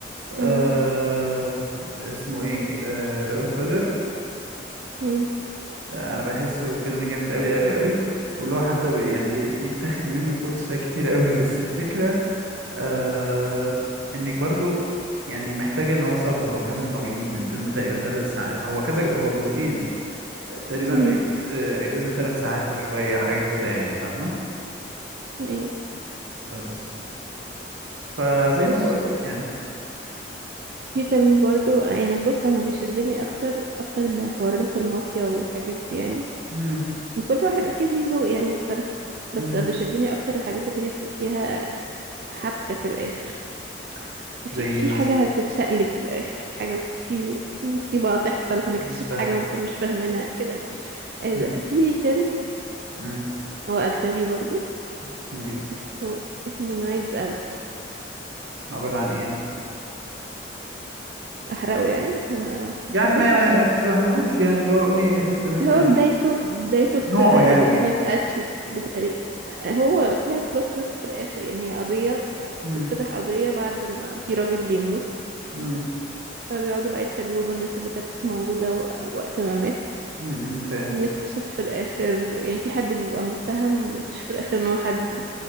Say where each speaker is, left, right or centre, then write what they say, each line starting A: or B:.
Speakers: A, on the right (about 80°); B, on the right (about 55°).
A: آه،
B: مم.
A: اسمه ايه ذا جاد فادر
B: مم.
A: انا بحسه فيلم جامد قوي قوي قوي واللي هو حتى بي-
B: مم.
A: يعني يتاخد منه كوتس كتير قوي بس الفكره آه انك برضو يعني محتاجة ان هو صبر هو فيلم طويل جدا فيلم تقريبا ثلاث ساعات هو كذا هو جزئين تقريبا
B: مم.
A: الجزء آه، الجزء ثلاث ساعات وشوية حاجة كده يعني فاهمة
B: أيوه
A: بس فزي
B: بص
A: ما بقول لك يعني
B: في فيلم برضو يعني بص أنا بيشدني أكتر أكتر من حوارات المافيا والحاجات دي يعني
A: مم.
B: كل واحد أكيد ليه ذوق يعني مختلف بس
A: مم.
B: بيشدني أكتر الحاجات اللي هي في- فيها حبكة في الآخر في
A: زي ايه
B: في
A: مثلا
B: حاجة هتتشقلب في الآخر في حاجة في, في مصيبة هتحصل هنكتشف
A: مم. ف...
B: حاجة ما كناش فاهمينها كده يعني. إذا-
A: مم.
B: في فيلم
A: مم.
B: هو أجنبي برضو
A: اسمه ايه
B: اسمه اسمه نايفز اوت
A: عبارة عن ايه ده
B: احرقه يعني ما انا لو
A: يعني
B: حكيت
A: ما ما,
B: هحرق
A: ما تشرحهوش يعني اللي هو قولي حتة منه
B: هو
A: يعني
B: بدايته بدايته بتبدأ
A: نوعه يعني
B: بجريمة قتل بتاريخ هو فيها بلوت تويست في الآخر يعني هي قضية
A: مم.
B: اتفتح قضية بعد ما في راجل بيموت
A: مم.
B: فبيقعدوا بقى يستجوبوا الناس اللي كانت موجودة و- وقت ما مات
A: مم. مم. فاهم
B: وبنكتشف في الآخر يعني في حد بيبقى متهم وبنكتشف في الآخر إن هو حد